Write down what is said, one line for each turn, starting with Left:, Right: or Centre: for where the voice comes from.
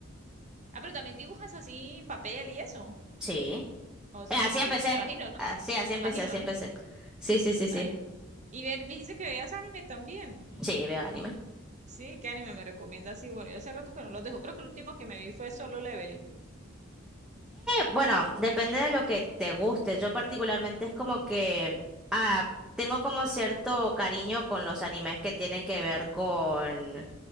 Right: Ah, pero también dibujas así en papel y eso.
Centre: Sí.
Right: O s-
Centre: Eh, así
Right: así,
Centre: empecé.
Right: sí, me imagino, ¿no?
Centre: Así, así
Right: Me
Centre: empecé,
Right: imagino,
Centre: así empecé.
Right: ¿no?
Centre: Sí, sí, sí, sí.
Right: Ay, no. Y ven, me dijiste que veías anime también.
Centre: Sí, veo anime.
Right: Sí, ¿qué anime me recomiendas? Sí, bueno, yo hace rato que no los dejo. Creo que el último que me vi fue Solo Leveling.
Centre: Bueno, depende de lo que te guste. Yo particularmente es como que ah, tengo como cierto cariño con los animes que tienen que ver con,